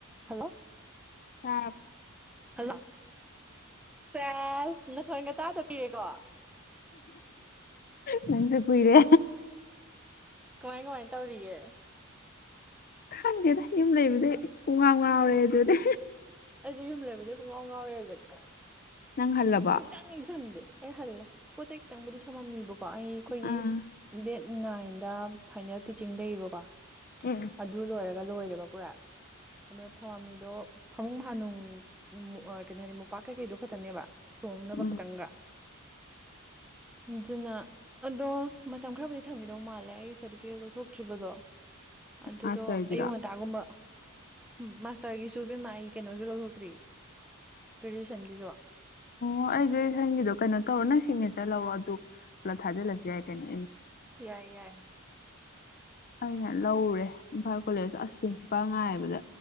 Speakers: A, in the centre; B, on the left.
A: hello
B: ꯑꯥ
A: hello ꯁꯦꯁ ꯅꯊꯣꯏꯒ ꯇꯗꯄꯤꯤꯔꯦꯀꯣ
B: ꯅꯟꯁꯨ ꯀꯏꯔꯦ
A: ꯀꯃꯥꯏ ꯀꯃꯥꯏꯅ ꯇꯧꯔꯤꯌꯦꯦ
B: ꯈꯪꯗꯦꯗ ꯌꯨꯝ ꯂꯩꯕꯗꯤ ꯄꯨꯡꯒ ꯉꯥꯎꯔꯦ ꯑꯗꯨꯗꯤ
A: ꯑꯩꯁꯦ ꯌꯨꯝ ꯂꯩꯕꯗꯤ ꯄꯨꯡꯉꯥꯎ ꯉꯥꯎꯔꯦ ꯍꯧꯖꯤꯛ
B: ꯅꯪ ꯍꯜꯂꯕꯣ
A: ꯁꯨꯡꯆꯪ ꯌꯦꯁꯪꯗꯦ ꯑꯩ ꯍꯜꯂꯦ ꯄꯣꯠ ꯆꯩꯩ ꯈꯤꯇꯪꯕꯨꯗꯤ ꯊꯝꯃꯝꯃꯤꯕꯀꯣ ꯑꯩ ꯑꯩꯈꯣꯏꯒꯤ
B: ꯑꯥ
A: ꯗꯦꯠ ꯅꯥꯏꯟꯗ ꯐꯥꯏꯅꯦꯜ ꯇꯤꯆꯤꯡ ꯂꯩꯌꯦꯕꯀꯣ
B: ꯎꯝ
A: ꯑꯗꯨ ꯂꯣꯏꯔꯒ ꯂꯣꯏꯔꯦꯕ ꯄꯨꯔꯥ ꯑꯗꯣ ꯊꯋꯥꯃꯤꯗꯣ ꯐꯃꯨꯡ ꯍꯥꯥꯅꯨꯡ ꯀꯩꯅꯣ ꯍꯥꯏꯅꯤ ꯃꯣꯝꯄꯥꯛ ꯀꯩꯀꯩꯗꯣ ꯈꯛꯇꯅꯦꯕ ꯊꯣꯡꯅꯕ
B: ꯎꯝ
A: ꯈꯇꯪꯒ ꯑꯗꯨꯅ ꯑꯗꯣ ꯃꯇꯝ ꯈꯔꯕꯨꯗꯤ ꯊꯝꯒꯗꯧ ꯃꯥꯜꯂꯦ ꯑꯩꯒꯤ ꯁꯥꯔꯇꯤꯐꯤꯀꯦꯠ ꯂꯧꯊꯣꯛꯇ꯭ꯔꯤꯕꯗꯣ ꯑꯗꯨꯗꯣ
B: ꯃꯥꯁꯇꯔꯒꯤꯔꯣ
A: ꯑꯌꯨꯛ ꯉꯟꯇꯥꯒꯨꯝꯕ ꯎꯝ ꯃꯥꯁꯇꯔꯒꯤꯁꯨ ꯦꯝꯃꯥꯏ ꯀꯩꯅꯣꯁꯨ ꯂꯧꯊꯣꯛꯇ꯭ꯔꯤ ꯒ꯭ꯔꯦꯖꯨꯑꯦꯁꯟꯒꯤꯁꯨ <inaudible>
B: ꯑꯣ ꯑꯩꯒꯤꯪꯒꯤꯗꯣ ꯀꯩꯅꯣ ꯇꯧꯔ ꯅ ꯁꯤꯒꯅꯦꯆꯔ ꯂꯧꯔꯣ ꯑꯗꯨ ꯄꯨꯂꯞ ꯊꯥꯖꯤꯜꯂꯁꯨ ꯌꯥꯏ ꯀꯩꯅꯣ
A: ꯌꯥꯏ ꯌꯥꯏ
B: ꯑꯩꯅ ꯂꯧꯔꯦ ꯏꯝꯐꯥꯜ ꯀꯣꯂꯦꯖ ꯑꯁ ꯄ꯭ꯔꯤꯟꯁꯤꯄꯥꯜ ꯉꯥꯏꯕꯗ